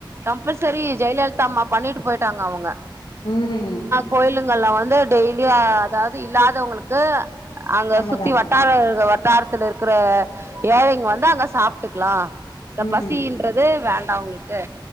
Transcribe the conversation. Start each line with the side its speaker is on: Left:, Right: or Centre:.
Right: கம்பல்சரி ஜெயலலிதா அம்மா பண்ணிட்டு போயிட்டாங்க அவுங்க
Left: ம்
Right: கோயிலுங்கள்ல வந்து டெய்லியு அதாவது இல்லாதவுங்களுக்கு அங்க
Left: அன்னதானம்
Right: சுத்தி வட்டார இருக்கற வட்டாரத்துல இருக்கற ஏழைங்க வந்து அங்க சாப்ட்டுக்லா ச
Left: ம்
Right: பசின்றது வேண்டா உங்களுக் கு